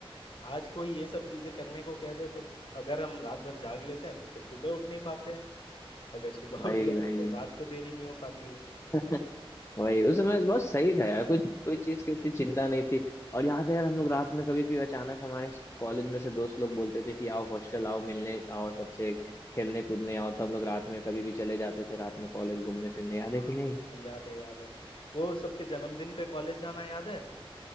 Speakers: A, on the left; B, on the left.
A: आज कोई ये सब चीजें करने को कह दे तो अगर हम रात भर जाग लेते हैं तो फिर सुबह उठ नहीं पाते हैं अगर सुबह
B: वही
A: <laughs> उठ गया
B: वही
A: तो फिर रात को देरी नहीं हो पाती है
B: <laughs> वही उस समय बहुत सही था यार कोई कोई चीज की उतनी चिंता नहीं थी और याद है यार हम लोग रात में कभी कभी अचानक हमारे कॉलेज में से दोस्त लोग बोलते थे कि आओ हॉस्टल आओ मिलने आओ सबसे खेलने कूदने आओ तो हम लोग रात में कभी भी चले जाते थे रात में कॉलेज घूमने फिरने याद
A: हाँ
B: है कि नहीं
A: याद है याद है वो सबके जन्मदिन पे कॉलेज जाना याद है